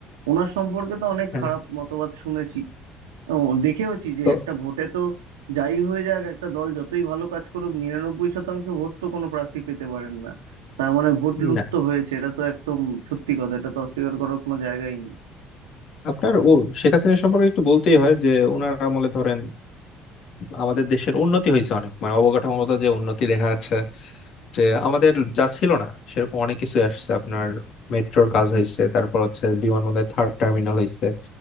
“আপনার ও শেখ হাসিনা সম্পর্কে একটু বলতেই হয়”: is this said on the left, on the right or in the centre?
Left